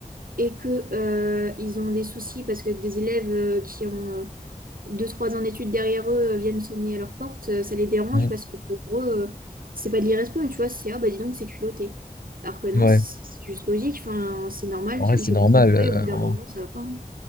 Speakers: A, on the right; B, on the left.
A: et que euh, ils ont des soucis parce que des élèves euh, qui ont euh, deux, trois ans d'études derrière eux euh, viennent sonner à leur porte, euh, ça les dérange
B: mm,
A: parce que pour eux, euh, c'est pas de l'irrespect, mais tu vois, c'est ah bah dis donc, c'est culotté. Alors que non,
B: ouais.
A: c'est c'est juste logique, enfin, c'est normal,
B: En vrai,
A: il
B: c'est
A: fait
B: normal.
A: pas son travail,
B: euh,
A: au bout d'un
B: En,
A: moment, ça va pas. hein.